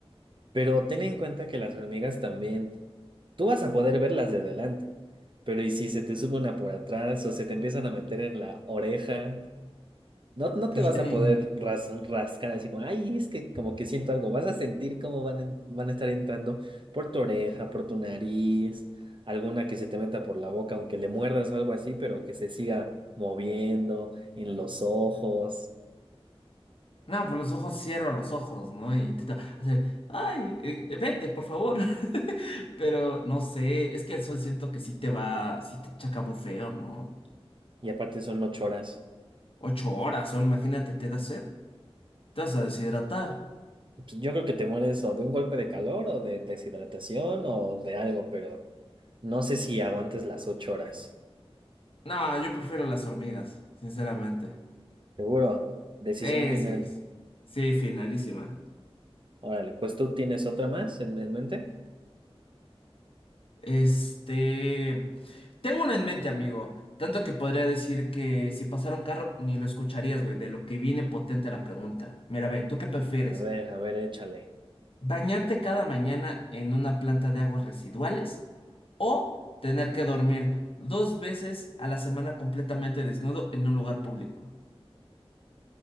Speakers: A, on the right (about 55°); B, on the left (about 60°).
A: Pero ten en cuenta que las hormigas también, tú vas a poder verlas de delante, pero ¿y si se te sube una por atrás o se te empiezan a meter en la oreja? No, no
B: Pues
A: te vas
B: ya
A: a
B: ni...
A: poder ras- rascar así como, ay, es que como que siento algo. Vas a sentir cómo van, en- van a estar entrando por tu oreja, por tu nariz, alguna que se te meta por la boca, aunque le muerdas o algo así, pero que se siga moviendo en los ojos.
B: No, pues los ojos, cierro los ojos, ¿no? Y intento hacer, ay, eh, vete, por favor. <laughs> Pero no sé, es que el sol siento que sí te va, sí te chaca muy feo, ¿no?
A: Y aparte son ocho horas.
B: 8 horas, o imagínate, te da sed, te vas a deshidratar.
A: Pues Yo creo que te mueres o de un golpe de calor o de deshidratación o de algo, pero no sé si aguantes las ocho horas.
B: No, yo prefiero las hormigas, sinceramente.
A: Seguro. Decisión
B: Eh,
A: final.
B: sí, sí, Sí, finalísima.
A: Órale, pues tú tienes otra más en en mente.
B: Este, tengo una en mente, amigo. Tanto que podría decir que si pasara un carro, ni lo escucharías, güey, de lo que viene potente la pregunta. Mira, ve, ¿tú qué prefieres?
A: A ver, a ver, échale.
B: ¿Bañarte cada mañana en una planta de aguas residuales? ¿O tener que dormir dos veces a la semana completamente desnudo en un lugar público?